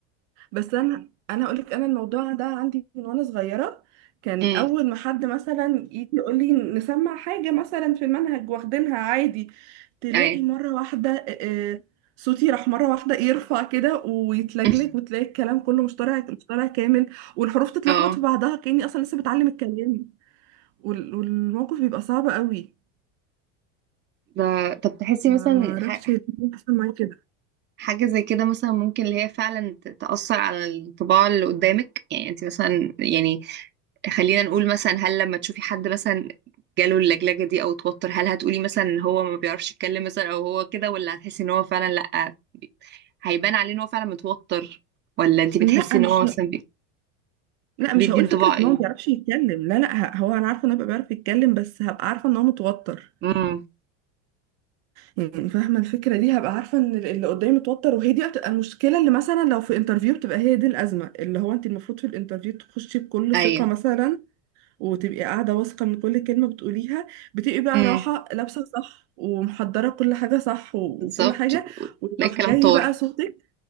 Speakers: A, on the right (about 65°); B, on the right (about 30°).
A: بس انا انا اقول لك انا الموضوع ده عندي من وانا صغيره كان
B: امم
A: اول ما حد مثلا يجي يقول لي نسمع حاجه مثلا في المنهج واخدينها عادي تلاقي
B: ايوه
A: مره واحده آه، آه، صوتي راح مره واحده يرفع كده ويتلجلج
B: <laughs>
A: وتلاقي الكلام كله مش طالع مش طالع كامل والحروف تتلخبط
B: اه
A: في بعضها كاني اصلا لسه بتعلم الكلام وال- والموقف بيبقى صعب قوي
B: ده طب تحسي
A: ما
B: مثلا
A: ما اعرفش
B: ح-
A: ليه بيحصل معايا كده
B: حاجة زي كده مثلا ممكن اللي هي فعلا ت- تأثر على الطباع اللي قدامك يعني انت مثلا يعني خلينا نقول مثلا هل لما تشوفي حد مثلا جاله اللجلجة دي او توتر هل هتقولي مثلا ان هو ما بيعرفش يتكلم مثلا او هو كده ولا هتحسي ان هو فعلا لا بي- هيبان عليه ان هو فعلا متوتر ولا انت بتحسي
A: لا
B: ان
A: مش
B: هو مثلا بي-
A: لا
B: بيدي
A: مش هقول
B: انطباع
A: فكرة
B: ايه
A: ان هو ما بيعرفش يتكلم لا لا ه- هو انا عارفة ان هو بيبقى بيعرف يتكلم بس هبقى عارفة ان هو متوتر
B: امم
A: يعني فاهمة الفكرة دي هبقى عارفة ان ال- اللي قدامي متوتر وهي دي بتبقى المشكلة اللي مثلا لو في انترفيو بتبقى هي دي الأزمة اللي هو انت المفروض في الانترفيو تخشي بكل
B: ايوه
A: ثقة مثلا وتبقي قاعدة واثقة من كل كلمة بتقوليها بتبقي بقى
B: امم
A: راحة لابسة صح ومحضرة كل حاجة صح و-
B: بالظبط
A: وكل حاجة ويروح
B: لا الكلام
A: جاي
B: طار
A: بقى صوتك